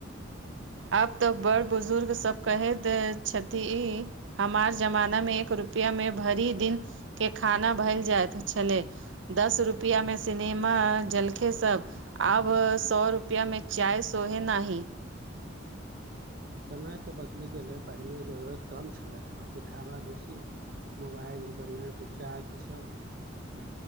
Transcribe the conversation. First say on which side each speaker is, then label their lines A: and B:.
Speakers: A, on the right; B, on the right.
A: अब तऽ बड़ बुजुर्ग सब कहे द छथि हमार जमाना में एक रुपैआ रप मे भरि दिन के खाना भल जाइत छलै दस रुपैआमे सिनेमा जलखे सब आब सौ रुपआ मे चाय सोहे न ही
B: समय तऽ बदलि गेलै पहिने जरूरत कम छलै आब देखावा बेसी मोबाइल इन्टरनेट रिचार्ज इसभ